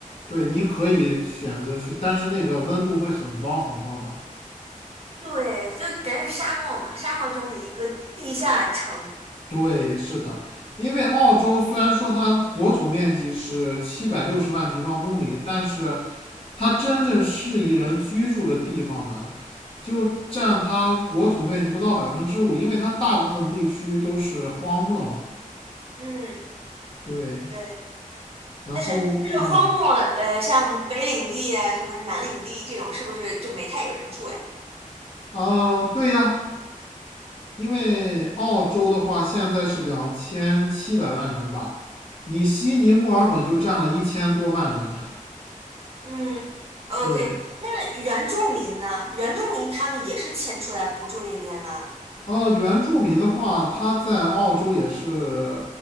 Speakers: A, on the left; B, on the right.
A: 对，你可以选择去，但是那个温度会很高很高的。
B: 对，就感觉是沙漠嘛，沙漠中的一个地下城。
A: 对，是的，因为澳洲虽然说它国土面积是七百六十万平方公里，但是它真正适宜人居住的地方呢，就占它国土面积不到百分之五，因为它大部分地区都是荒漠嘛。
B: 嗯
A: 对，
B: 对，
A: 然后嗯
B: 但是就是荒漠，呃，像北领地啊，什么南领地这种，是不是就没太有人住呀？
A: 啊，对呀，因为澳洲的话现在是两千七百万人吧，你悉尼、墨尔本就占了一千多万人。
B: 嗯，OK，
A: 对，
B: 那原住民呢？原住民他们也是迁出来不住那边吗？
A: 呃，原住民的话，他在澳洲也是